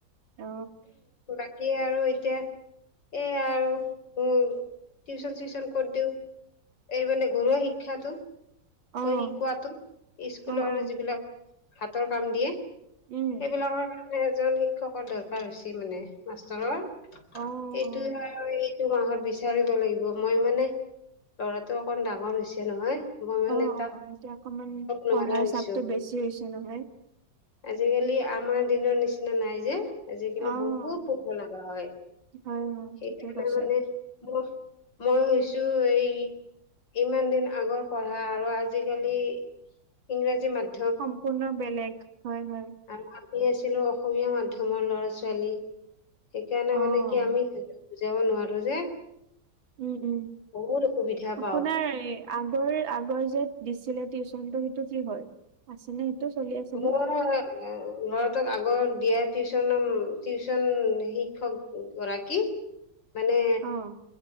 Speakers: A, on the right; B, on the left.
A: অ',
B: বাকী আৰু এতিয়া এ আৰু ম টিউচন চিউচন কত দিওঁ এই মানে ঘৰুৱা শিক্ষাটো
A: অ',
B: শিকোৱাতো স্কুলৰ
A: অ', অ',
B: যিবিলাক হাতৰ কাম দিয়ে
A: উম,
B: সেইবিলাকৰ কাৰণে এজন শিক্ষকৰ দৰকাৰ হৈছে মানে মাষ্টৰৰ
A: অ', অ'।
B: সেইটোয়ে আৰু এই টো মাহত বিচাৰিব লাগিব মই মানে ল'ৰাটো অকণ ডাঙৰ হৈছে নহয় মনে
A: অ',
B: এটা
A: অ', এতিয়া অকমান
B: নোৱাৰোৱাৰৈছো
A: পঢ়াৰ চাপটো বেছি হৈছে নহয়।
B: আজিকালি আমাৰ দিনৰ নিচিনা নাই যে আজিকালি
A: অ',
B: বহুত পঢব লগা হয়
A: হয়, হয়,
B: সেইকাৰণে
A: ঠিকে কৈছে।
B: মানে মই মই হৈছো এই ইমান দিন আগৰ পঢ়া আৰু আজিকালি ইংৰাজী মাধ্যম
A: সম্পূৰ্ণ বেলেগ হয় হয়
B: আৰু আমি আছিলোঁ অসমীয়া মাধ্যমৰ ল'ৰা ছোৱালী সেইকাৰণে
A: অ',
B: মানে কি আমি সিহঁতেক বুজাব নোৱাৰো যে
A: উম-উম
B: বহুত অসুবিধা
A: আপোনাৰ
B: পাওঁ
A: আগৰ আগৰ যে দিছিলে টিউচন কিন্ত সেইটো কি হয়, আছেনে সেইটো চলি আছেনে?
B: মোৰ ল'ৰাটোক আগৰ দিয়াত টিউচন টিউচন শিক্ষক গৰাকী মানে
A: অ',